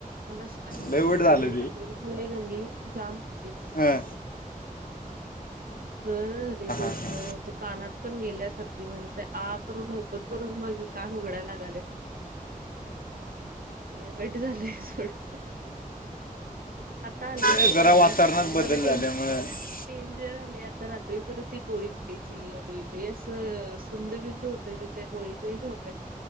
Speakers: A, on the right; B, on the left.
A: मला असं आ
B: लय वाईट झालं
A: गोळी रात्री खाल्ली क नाही जाम झाली. सगळं
B: हा.
A: गररे डोकं
B: हां
A: ते कानात पण गेल्यासा म्हणजे आ करून ओपन करून मगं कान उघडाय लागालय सारखं लर वाईट झालंय सोडं. आता आले सोडं
B: ते जरा
A: कमी
B: वातावरणात
A: आणि
B: बदल
A: मला टेन
B: झाल्यामुळं
A: डेंजर आले, आता रात्री परत ती गोळी खायची. जी आणि लय असं सुंद बिंद होते त्या गोळीत झोप